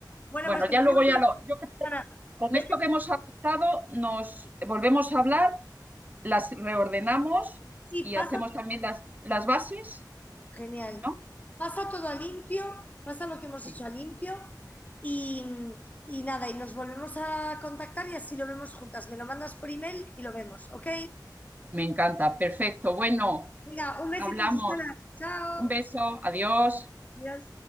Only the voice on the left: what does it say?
Bueno,
pues tenemos
la
Vete,
sí,
pasa
Genial.
Pasa todo a limpio, pasa lo que hemos
hecho a limpio y, y nada, y nos volvemos a contactar y así lo vemos juntas. Me lo mandas por email y lo vemos, ¿ok?
Venga, un besito,
Susana. Chao.
Adiós.